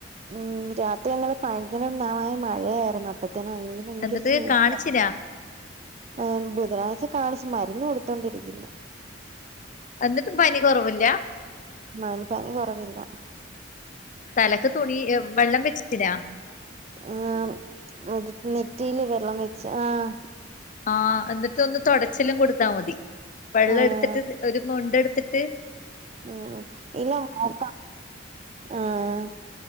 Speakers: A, on the right (about 35°); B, on the left (about 40°).
A: ഉം രാത്രി ഇന്നലെ പയങ്കരമാമായ മഴയാരുന്നു, അപ്പഴത്തേന് അയിന് ഭയങ്കര
B: എന്നിട്ട്
A: ചൂടാരുന്ന്,
B: കാണിച്ചിനാ
A: ആഹ് ബുധനാഴ്ച കാണിച്ച് മരുന്ന് കൊടുത്തോണ്ടിരിക്കുന്ന്‌.
B: എന്നിട്ടും പനി കൊറവില്ല.
A: മാന് പനി കൊറവില്ല.
B: തലക്ക് തുണി വെള്ളം വെച്ചേക്കിനാ?
A: ആഹ് അത് നെറ്റീല് വെള്ളം വെച്ച് ആഹ്
B: ആഹ് എന്നിട്ട് ഒന്ന് തൊടച് ചിലും കൊടുത്താ മതി, വെള്ളം
A: ആഹ്
B: എടുത്തിട്ട് ഒരു മുണ്ടെടുത്തിട്ട്
A: ഉം ഇല്ല മോക്ക ആഹ്